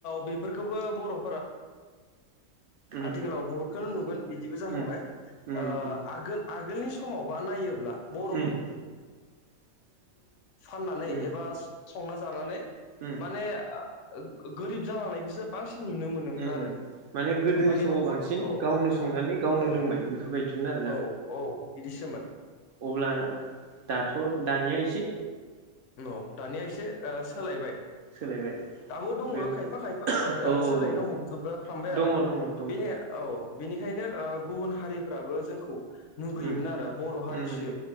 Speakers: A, on the left; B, on the right.
A: बेफोरखोबो
B: उम
A: आथिखालाव बुहुदखौनो नुगोन बिदिबो जाहांबाय
B: उम उम
A: ओ
B: उम
A: आगोल आगोलनि समावबा नायोब्ला ब
B: उम
A: फाननानै
B: उम
A: एबा संना जानानै
B: उम उम
A: माने ओ गोरिब नुनो मोनोमोन
B: उम
A: आरो
B: उम माने गोदोनि
A: ओमफ्राय
B: समाव
A: न'खर
B: बांसिन
A: औ
B: गावनो संनानै गावनो
A: औ
B: लोंनाय बेफोरबायदिमोन आरो
A: औ औ बिदिसो
B: अब्ला दाथ' दानिया इसे
A: औ दानिया ओ सोलायबाय
B: सोलायबाय
A: दाबो दङो
B: बे
A: खायफा खायफा बात ओ
B: औ
A: सोलाय
B: औ
A: हमजोब्रा फ्रामबाय
B: दङ
A: आरो
B: दङ दङ
A: बेनि औ बेनिखायनो ओ गुबुन हारिफ्राबो जोंखौ मुगैयोमोन
B: उम
A: आरो बर' हारिसो
B: उम